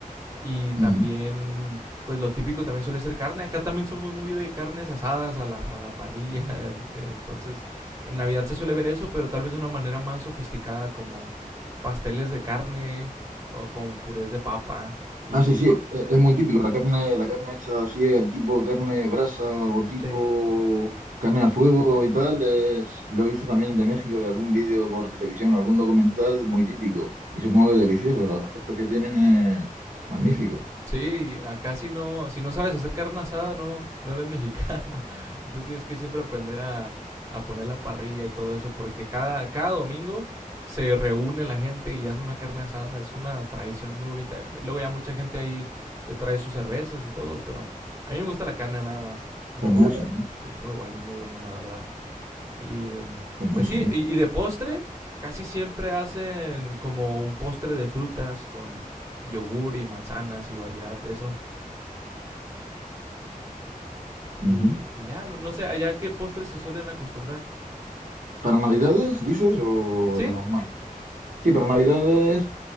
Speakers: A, on the right; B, on the right.
A: Y también,
B: ujú.
A: pues lo típico también suele ser carne. Acá también somos muy de carnes asadas a la, a la parrilla. <laughs> en- Entonces, en Navidad se suele ver eso, pero tal vez de una manera más sofisticada, como pasteles de carne o con purés de papa. Y
B: Ah, sí, sí, e- es muy típico, la carne, la carne hecha así, eh, tipo carne brasa o tipo
A: sí.
B: carne al fuego y tal, es, lo he visto también de México, de algún vídeo por televisión, algún documental, muy típico. Y supongo que delicioso, los aspectos que tienen es magníficos.
A: Mm, Sí, acá si no, si no sabes hacer carne asada, no, no eres mexicano. <laughs> Entonces tienes que siempre aprender a, a poner la parrilla y todo eso, porque cada, cada domingo se reúne la gente y hace una carne asada. Es una tradición muy bonita. Ya- Luego ya mucha gente ahí se trae sus cervezas y todo, pero a mí me gusta la carne nada más. Es muy,
B: Genial, genial,
A: es es muy bueno, es muy bueno, la verdad. Y em,
B: genial,
A: pues
B: genial.
A: sí, y, y de postre, casi siempre hacen como un postre de frutas con yogur y manzanas y variedad de eso. Y,
B: Ujú, ujú.
A: y ya, no, no sé, allá qué postres se suelen acostumbrar.
B: ¿Para Navidades, dices, o
A: ¿Sí?
B: de normal? Sí, para Navidades,